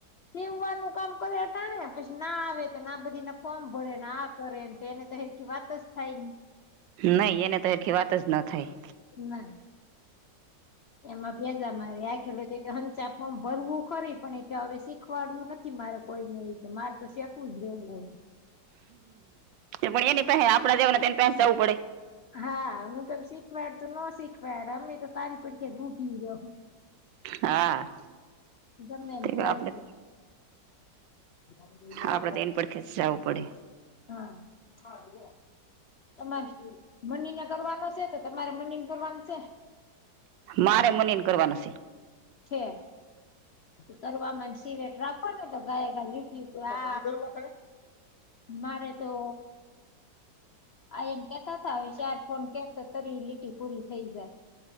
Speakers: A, on the left; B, on the right.
A: સીમવાનું કામ કરે અટાણે પછી ના આવે તો ના બધી ના ફોર્મ ભરે ને આ કરે તો એને તો હખી વાત જ થાય ને
B: નહી એને તખી વાત જ ન થાય
A: ના એમાં ભ્યાજા મારે આખેલો ચા હમ ભરવું ખરી પણ એ હવે શીખવાડવું નથી મારે કોઈને એ કે મારે તો સેટું જ રહેવું હવે
B: પણ એની પ આપડા દવાનેને પસ જવું પડે
A: હા હું કેમ શીખવાડ તો ન શીખવાડ અમે તો તારી પડકે જ રૂકી રહ્યો
B: હા
A: ગમે એમ
B: તે
A: ત્યારથી
B: આપડે
A: હ
B: આપડે તો એની પડખે જ જવું પડે
A: તમારે મની ને કરવાનું છે તો તમારે મની ને કરવાનું છે
B: મારે મનીન કરવાનું છે
A: છે કરવામાં સિવેટ રાખો ને તો ગાય ગાય લટ મારે તો આ એમ કેતા ત હવે જાર ફોન કેતો તોરી લીટી પૂરી થઈ જાય